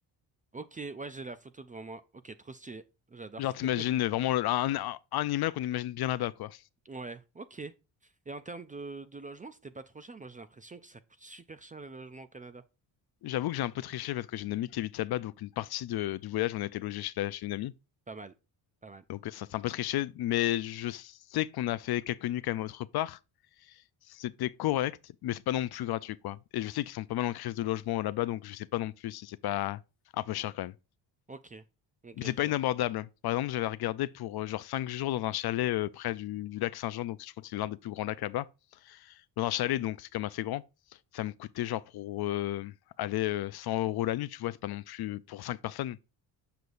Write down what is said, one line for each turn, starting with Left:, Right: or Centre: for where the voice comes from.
Right: Ok, ouais, j'ai la photo devant moi. Ok, trop stylé. J'adore.
Left: Genre, t'imagines
Right: <laughs>
Left: vraiment le- un, un- un animal qu'on imagine bien là-bas, quoi.
Right: Ouais, ok. Et en termes de, de logement, c'était pas trop cher. Moi, j'ai l'impression que ça coûte super cher les logements au Canada.
Left: J'avoue que j'ai un peu triché parce que j'ai une amie qui habite là-bas, donc une partie de- du voyage, on a été logé chez, la- chez une amie.
Right: Pas mal. Pas mal.
Left: Donc, euh, ça, c'est un peu triché, mais je sais qu'on a fait quelques nuits quand même autre part. C'était correct, mais c'est pas non plus gratuit, quoi. Et je sais qu'ils sont pas mal en crise de logement là-bas, donc je sais pas non plus si c'est pas un peu cher quand même.
Right: Ok. Ok,
Left: Mais
Right: je
Left: c'est pas
Right: vois.
Left: inabordable. Par exemple, j'avais regardé pour euh, genre 5 jours dans un chalet euh, près du, du lac Saint-Jean, donc je crois que c'est l'un des plus grands lacs là-bas. dans un chalet, donc c'est comme assez grand. Ça me coûtait genre pour euh, aller euh, 100 euros la nuit, tu vois, c'est pas non plus pour 5 personnes.